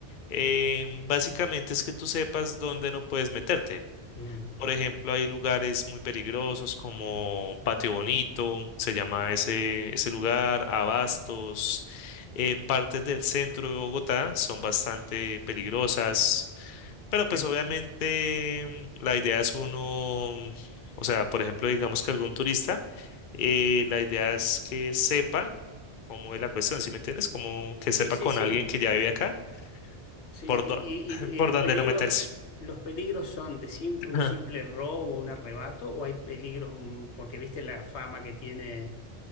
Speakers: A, on the left (about 55°); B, on the left (about 85°).
A: Em, básicamente es que tú sepas dónde no puedes meterte.
B: Mm.
A: Por ejemplo, hay lugares muy peligrosos como Patio Bonito, se llama ese, ese lugar, Abastos. eh, partes del centro de Bogotá son bastante peligrosas, pero pues
B: En-
A: obviamente la idea es uno, o sea, por ejemplo, digamos que algún turista, eh, la idea es que sepa cómo es la cuestión, ¿sí me entiendes? Como que
B: Sí,
A: sepa
B: sí,
A: con
B: sí,
A: alguien que ya vive acá,
B: sí,
A: por,
B: sí. sí.
A: dó-
B: Y,
A: <laughs>
B: y-
A: por
B: y los
A: dónde
B: peligros,
A: no meterse.
B: los peligros son de sim-
A: <laughs>
B: un simple robo, un arrebato, o hay peligros, mm, porque viste la fama que tiene